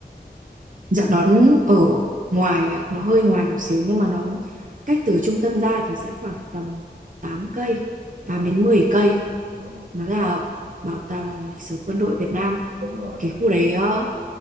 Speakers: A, on the right; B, on the right.
A: Dạ nó ở ngoài ạ, nó hơi ngoài một xíu nhưng mà nó cách từ trung tâm ra thì sẽ khoảng tầm 8 cây,
B: ờ
A: 8 đến 10 cây.
B: ờ
A: Nó là bảo tàng lịch sử quân đội Việt Nam.
B: đúng rồi
A: Cái
B: đúng rồi
A: khu đấy ờ,